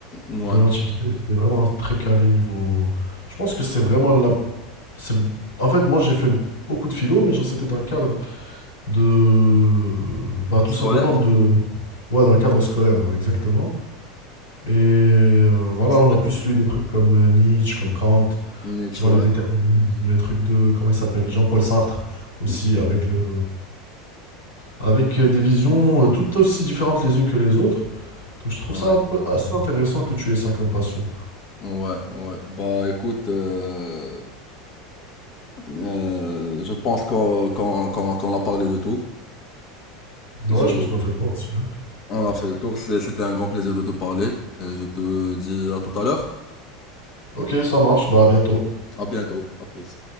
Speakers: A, on the left; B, on the left.
A: ouais,
B: de l'Antiquité, c'était vraiment très calé niveau. Je pense que c'est vraiment la. c'est- En fait, moi j'ai fait beaucoup de philo, mais genre c'était un cadre. de bah, tout
A: scolaire,
B: simplement de ouais dans le cadre scolaire hein, exactement et euh, voilà
A: c'est
B: on
A: peut-être,
B: a plus lu des trucs comme euh, Nietzsche comme Kant
A: Nietzsche,
B: tu vois
A: ouais,
B: le déterminisme les trucs de comment il s'appelle Jean-Paul Sartre aussi
A: Mm.
B: avec le avec euh, des visions euh, tout aussi différentes les unes que les autres donc je trouve
A: ouais,
B: ça un peu assez intéressant que tu aies ça comme passion
A: ouais, ouais. Bah, écoute, euh, euh, je pense qu'on, qu'on, qu'on, qu'on a parlé de tout. Je,
B: ouais je pense qu'on a fait le tour aussi, hein.
A: on a fait le tour. C'est- C'était un grand plaisir de te parler. Et je te dis à tout à l'heure.
B: ok ça marche bah à bientôt
A: À bientôt. À plus.